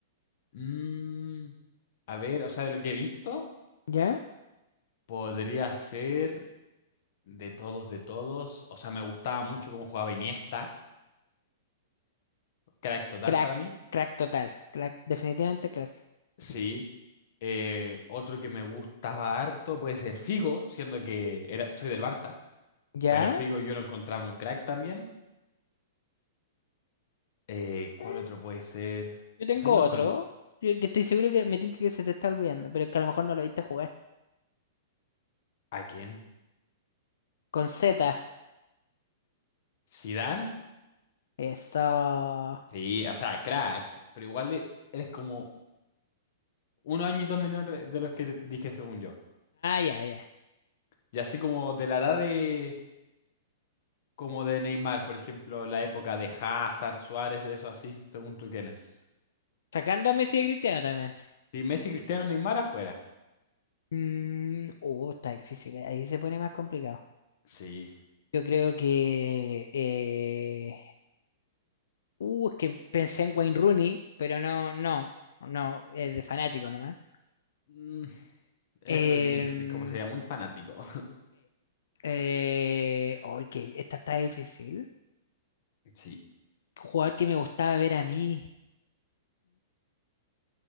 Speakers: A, on the left; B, on the left.
A: Mm, a ver, o sea, de lo que he visto,
B: ¿Ya?
A: podría ser... De todos, de todos. O sea, me gustaba mucho cómo jugaba Iniesta. Crack total
B: Crack,
A: para mí.
B: crack total. Crack, definitivamente crack.
A: Sí. Eh, otro que me gustaba harto puede ser Figo, siendo que era, soy del Barça.
B: ¿Ya?
A: Pero Figo yo lo encontraba un crack también. Eh, ¿cuál
B: Mm,
A: otro puede ser?
B: Yo tengo
A: O sea, yo
B: otro.
A: lo encontré.
B: Que que estoy seguro que me tinca que se te está olvidando, pero que a lo mejor no lo viste jugar.
A: ¿A quién?
B: Con Z.
A: ¿Zidane?
B: Eso. Ah,
A: Sí, o sea, crack. Pero igual e- eres como unos añitos menor de de los que te dije según yo.
B: ya, ya.
A: Y así como de la edad de. Como de Neymar, por ejemplo, la época de Hazard, Suárez, eso así, según tú quién es.
B: Sacando a Messi y a Cristiano también.
A: Si Messi, Cristiano, Neymar afuera.
B: Mm, uh, está difícil. eh. Ahí se pone más complicado.
A: Sí,
B: Yo creo que. eh, Uh, es que pensé en Wayne Rooney, pero no, no. No, es de fanático nomás.
A: Mm, eso
B: Em,
A: y- es como sería muy fanático. <laughs>
B: eh, uy, que esta está difícil.
A: Sí,
B: Jugador que me gustaba ver a mí.